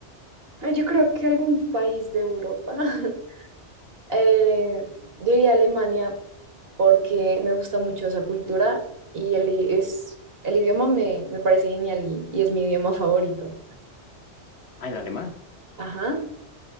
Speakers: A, on the right; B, on the left.
A: Ah, Yo creo que algún país de Europa. <laughs> Eh, yo iría a Alemania porque me gusta mucho esa cultura y el, i- es, el idioma me, me parece genial y, y es mi idioma favorito.
B: Ah, el alemán.
A: Ajá.